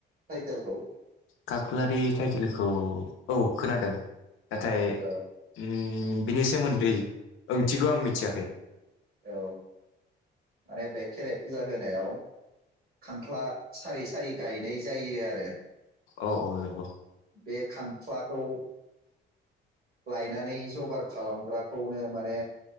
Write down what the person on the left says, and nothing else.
काख्लारि टाइटेलखौ औ खोनादों नाथाय
उम बिनि सोमोन्दै ओंथिखौ आं मिथियाखै
औ औ नंगौ